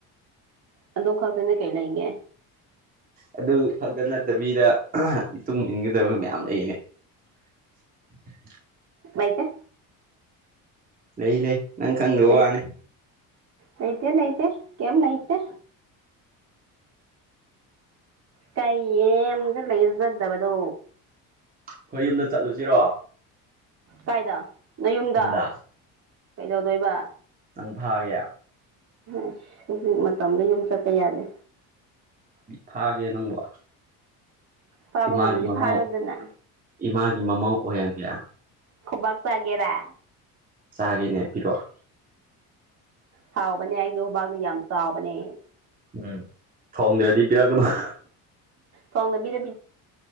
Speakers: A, on the right; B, on the right.
A: ꯑꯗꯣ ꯈꯛ ꯇꯅꯦ ꯀꯩ ꯂꯩꯒꯦ
B: ꯑꯗꯨ ꯈꯛꯇ ꯅꯠꯇꯕꯤꯗ ꯏꯇꯨꯡ ꯏꯟꯒꯗꯕ ꯃꯌꯥꯝ ꯂꯩꯅꯦ <unintelligible>
A: ꯃꯩꯇ
B: ꯂꯩ ꯂꯩ ꯅꯪ ꯈꯪꯗꯕ
A: ꯂꯩ
B: ꯋꯥꯅꯤ
A: ꯂꯩꯇꯦ ꯂꯩꯇꯦ ꯀꯩꯝ ꯂꯩꯇꯦ ꯇꯥꯏꯌꯦꯗ ꯂꯩꯖꯗꯕꯗ
B: ꯑꯩꯈꯣꯏ ꯌꯨꯝꯗ ꯆꯠꯂꯨꯁꯤꯔꯣ
A: ꯀꯥꯏꯗ ꯅꯌꯨꯝꯗ
B: ꯈꯨꯟꯗ
A: ꯀꯩꯗꯧꯗꯣꯏꯕ
B: ꯅꯪ ꯐꯥꯒꯦ
A: ꯑꯁ ꯍꯧꯖꯤꯛ ꯃꯇꯝꯗ ꯌꯨꯝ ꯆꯠꯄ ꯌꯥꯗꯦ
B: ꯐꯥꯒꯦ ꯅꯪꯕꯨ
A: ꯐꯥꯕ
B: ꯏꯃꯥꯒꯤ
A: ꯉꯝꯗꯤ
B: ꯃꯃꯥꯎ
A: ꯐꯥꯔꯣꯗꯅ
B: ꯏꯃꯥꯒꯤ ꯃꯃꯧ ꯑꯣꯏꯍꯟꯒꯦ
A: ꯈꯨꯨꯕꯥꯛ ꯆꯒꯦꯔ
B: ꯆꯥꯒꯦꯅꯦ ꯄꯤꯔꯛꯑꯣ
A: ꯍꯥꯎꯕꯅꯦ ꯑꯩꯒꯤ ꯍꯨꯕꯥꯛꯗꯣ ꯌꯥꯝ ꯆꯥꯎꯕꯅꯦ
B: ꯎꯝ ꯊꯣꯡꯗ꯭ꯔꯗꯤ ꯄꯤꯔꯛ ꯀꯅ‌ꯣ
A: ꯊ‌ꯣꯡꯗꯕꯤꯗ